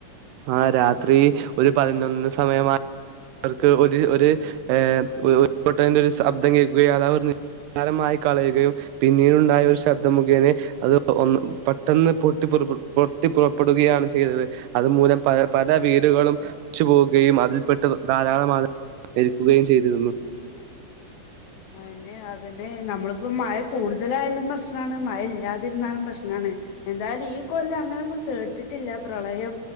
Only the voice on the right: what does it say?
ആഹ് രാത്രി ഒരു പതിനൊന്ന് സമയമാ അർക്ക് ഒര് ഒര് എഹ് ഒഹ് ഒര് പൊട്ടൽന്റൊര് ശബ്ദം കേൾക്കുയാ അതാ പർഞ്ഞ് ആരമായി കളയുകയും പിന്നീടുണ്ടായ ഒരു ശബ്ദമുഖേനെ അത് ഒന്ന് പെട്ടെന്ന് പൊട്ടി പുറപെട് പൊട്ടി പുറപ്പെടുകയാണ് ചെയ്തത് അത് മൂലം പല പല വീടുകളും ച്ചു പോവുകയും അതിൽപെട്ട് ധാരാളമാൾ രിക്കുകയും ചെയ്തിരുന്നു